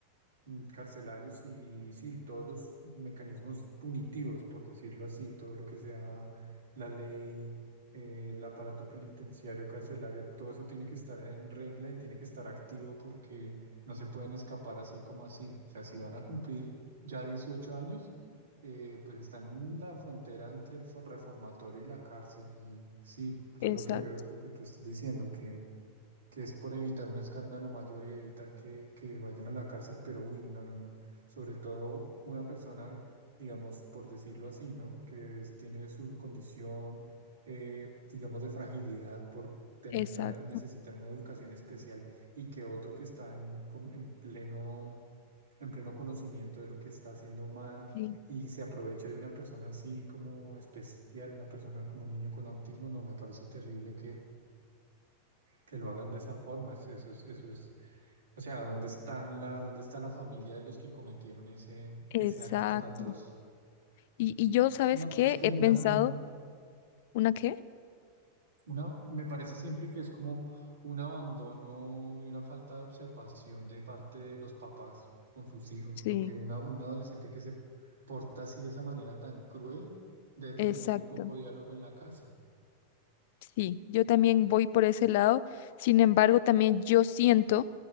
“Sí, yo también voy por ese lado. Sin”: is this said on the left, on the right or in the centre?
Left